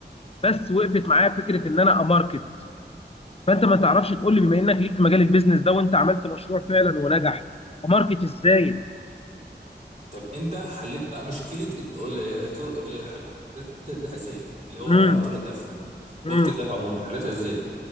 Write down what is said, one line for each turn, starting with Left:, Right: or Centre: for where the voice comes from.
Left: بس وقفت معايا فكره ان انا اماركت فانت ما تعرفش تقول لي بما انك ليك في مجال البيزنس ده وانت عملت مشروع فعلا ونجح اماركت ازاي
Right: طب انت حليت بقى مشكله ال- طرق حليت الدفع ازاي اللي هو
Left: امم
Right: طرق الدفع
Left: امم
Right: بوابه الدفع عموما حليتها ازاي